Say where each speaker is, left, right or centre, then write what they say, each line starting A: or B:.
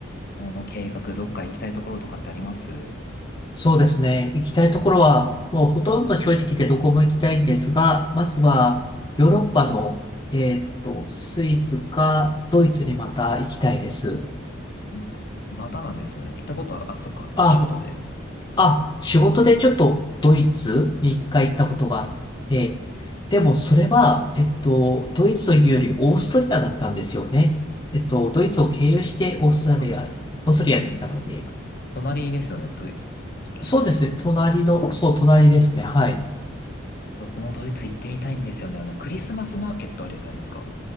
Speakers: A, on the left (about 50°); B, on the left (about 20°).
A: この計画、どっか行きたいところとかってあります
B: そうですね。行きたいところは、もうほとんど正直言ってどこも行きたいんですが、まずはヨーロッパの、えーっと、スイスかドイツにまた行きたいです。
A: んまたなんですね。行ったことは、あ、そっか、
B: あ、
A: お仕事で。
B: あ、仕事でちょっとドイツに一回行ったことがあって、
A: あ、いいな。
B: でもそれは、えっと、ドイツというよりオーストリアだったんですよね。えっと、ドイツを経由してオーストラリア、
A: あの、
B: オーストリアに行ったので、
A: 隣ですよね、ドイ、確か。
B: そうですね、隣の、そう、隣ですね、はい。
A: 僕もドイツ行ってみたいんですよね。あの、クリスマスマーケットあるじゃないですか。